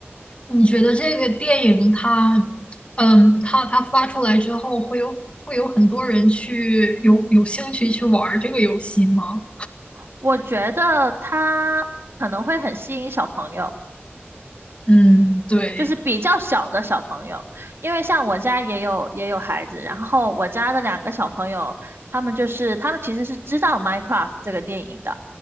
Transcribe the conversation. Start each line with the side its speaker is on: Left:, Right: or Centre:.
Left: 你觉得这个电影它，嗯，它它发出来之后，会有会有很多人去有有兴趣去玩这个游戏吗？
Right: 我觉得它可能会很吸引小朋友，
Left: 嗯，对，
Right: 就是比较小的小朋友，因为像我家也有也有孩子，然后我家的两个小朋友，他们就是他们其实是知道《Minecraft》这个电影的，